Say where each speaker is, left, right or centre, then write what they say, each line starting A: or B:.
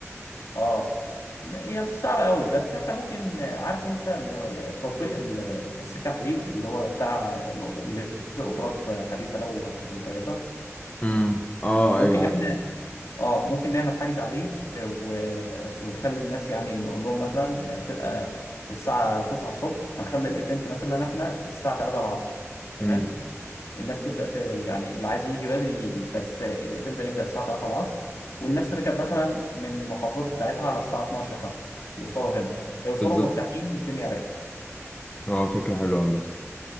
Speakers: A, on the left (about 75°); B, on the left (about 30°).
A: أه م- هي مش صعبة قوي بس إحنا ممكن آه، عارف أنت ال- تطبيق ال- السكة الحديد اللي هو بتاع القطر- اللي في قطارات حديثة لو كويسة
B: امم آه
A: ممكن
B: أيوه عارف
A: إحنا اه ممكن نعمل حجز عليه آه، و- ونخلي الناس يعني نقول لهم مثلا آه، هتبقى الساعة 9 الصبح هنخلي الايفنت مثلا احنا الساعة 3 العصر تمام
B: امم
A: الناس تبدأ ت- يعني اللي عايز يجي بدري يجي بس آه، الايفنت هيبدأ الساعة 3 العصر والناس تركب مثلا من المحافظات بتاعتها على الساعة 12 مثلا يوصلوا هنا يوصلوا
B: بالظبط
A: مرتاحين بالدنيا رايقة
B: آه فكرة حلوة عامة